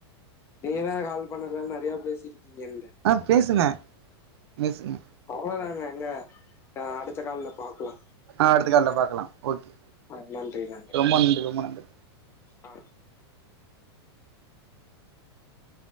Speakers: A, on the left; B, on the right.
A: நீங்க தா கால் பண்ணறதா நறையா பேசிருக்கீங்கன்ட
B: ஆ பேசுங்க பேசுங்க
A: அவ்ளதாங்க எங்க அ அடுத்த கால்ல பாக்லா
B: ஆ அடுத்த கால்ல பாக்கலா ஓகே
A: ஆ நன்றி நன்றி
B: ரொம்ப நன்றி ரொம்ப நன்றி
A: ஆ